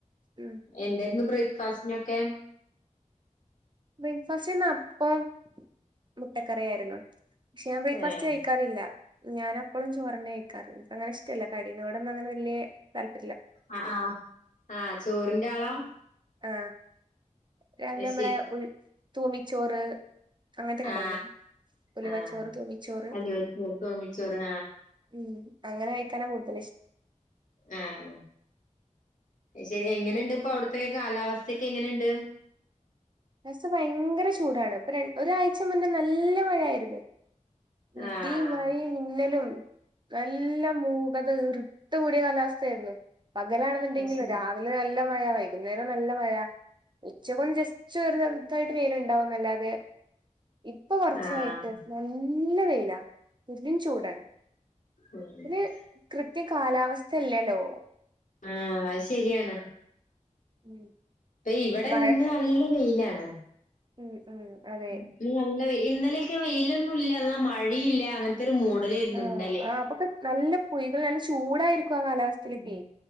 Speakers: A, on the right; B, on the left.
A: ഉം
B: എന്തന്ന് ബ്രേ ക്ക് ഫാസ്റ്റിനൊക്കെ
A: ബ്രേക്ഫാസ്റ്റ് നാ അപ്പോം മുട്ടക്കറിയായിരുന്നു പക്ഷെ ഞാൻബ്രോക്ക്ഫാസ്റ്റ്
B: ഏഹ്
A: കഴിക്കാറില്ല ഞാൻ അപ്പോഴും ചോറിന്നെ കഴിക്കാറ് എനക്ക് അങ്ങന ഇഷ്ടല്ല കടിനോടന്നും അങ്ങനെ വലിയ താല്പ
B: ആ ആ ആഹ ചോറിന്റെ ആളാ
A: ആ രാവിലെമ്മള
B: അത്
A: ഉ തൂമിച്ചോറ് അങ്ങനത്തൊക്കെ
B: ആ
A: ഇണ്ടാവൂലേ ഉലുവച്ചോറ്
B: ആഅത്
A: തൂമിച്ചോറ്
B: വെച്ചമിച്ചോറ്
A: ഉം അങ്ങനെ കഴിക്കാനാ കൂടുതലിഷ്ടം
B: ആആ ശരി
A: ഉം
B: എങ്ങനെയുണ്ട് ഇപ്പോ അവിടത്തൊക്കെ കാലാവസ്ഥയക്കെ എങ്ങനെയുണ്ട്
A: <unintelligible> ഭയങ്കര ചൂടാണ് ഇപ്പൊ ഒരാഴ്ച മുന്നെ നല്ല മഴയായിരുന്നു ഇടിയും
B: ആഹ്
A: മഴയും മിന്നലും എല്ല മൂ <unintelligible> ഇർട്ട് കൂടിയ കാലാവസ്ഥയായിരുന്നു പകലാണെന്നുണ്ടെങ്കിൽ
B: അത് ശരി
A: രാവിലെ നല്ല മഴ വൈകു അന്നേരം നല്ല മഴ ഇച്ഛക്കൊന്ന് ജസ്റ്റ്‌ ചെറുതായിട്ട് വെയില് ഉണ്ടാവുന്നല്ലാതെ ഇപ്പൊ കുറച്ചായിട്ട്
B: ആഹ്
A: നല്ല വെയിലാ പെരും ചൂടാണ്
B: ഉം
A: ഒരു കൃത്യ കാലാവസ്ഥ ചെല്ലേല്ലോ
B: ആ അയ്ശരിയാണ്
A: ഉം
B: അപ്പ ഇവിടെ
A: മഴ
B: ഇന്ന് നല്ല വെയിലാണ് ഉം
A: ഉം ഉം അതെ
B: ഉം ന്ന് നല്ലവെയ് ഇന്നലെയൊക്കെ വെയിലൊന്നും ഇല്ല എന്നാൽ മഴയില്ല അങ്ങൻതെ ഒരു മൂടലായിരുന്നു
A: ആഹ്
B: ഇന്നലേ
A: ആഹ് അപ്പൊക്കെ നല്ല പുയികൾ നല്ല ചൂടായിരി ക്കും ആ കാലാവസ്ഥയിലൊക്കെ
B: ഉം